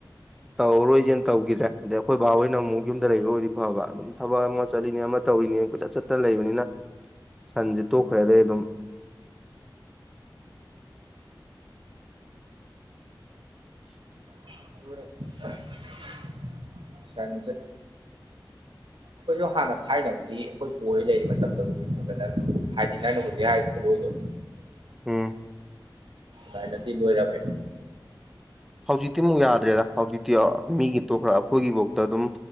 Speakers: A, in the centre; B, on the right.
A: ꯇꯧꯔꯣꯏꯁꯦꯅ ꯇꯧꯈꯤꯗ꯭ꯔꯦ ꯑꯗꯩ ꯑꯩꯈꯣꯏ ꯕꯥ ꯍꯣꯏꯅ ꯑꯃꯨꯛ ꯌꯨꯝꯗ ꯂꯩꯕꯕꯨꯔꯗꯤ ꯐꯕ ꯊꯕꯛ ꯑꯃ ꯆꯠꯂꯤꯅꯦ ꯑꯃ ꯇꯧꯔꯤꯅꯦ ꯀꯣꯏꯆꯠ ꯆꯠꯇꯅ ꯂꯩꯕꯅꯤꯅ ꯁꯟꯁꯦ ꯇꯣꯛꯈ꯭ꯔꯦ ꯑꯗꯩ ꯑꯗꯨꯝ <inaudible>
B: <unintelligible> ꯁꯟꯖ ꯑꯩꯈꯣꯏꯖꯨ ꯍꯥꯟꯅ ꯊꯥꯏꯅꯕꯨꯗꯤ ꯑꯩꯈꯣꯏ ꯄꯨ ꯍꯣꯏ ꯂꯩꯔꯤ ꯃꯇꯝꯗꯕꯨꯗꯤ ꯐꯖꯅ ꯑꯗꯨꯝ ꯍꯥꯏꯗꯤ ꯅꯪ ꯍꯧꯖꯤꯛ
A: ꯎꯝ
B: ꯍꯥꯏ ꯈꯨꯂꯣꯏꯗꯣ
A: ꯎꯝ꯫
B: ꯊꯥꯏꯅꯗꯤ ꯂꯣꯏꯔꯝꯃꯦꯕ
A: ꯍꯧꯖꯤꯛꯇꯤ ꯑꯃꯨꯛ ꯌꯥꯗ꯭ꯔꯦꯗ ꯍꯧꯖꯤꯛꯇꯤ ꯃꯤꯒꯤ ꯇꯣꯛꯈ꯭ꯔ ꯑꯩꯈꯣꯏꯒꯤꯕꯥꯎꯇ ꯑꯗꯨꯝ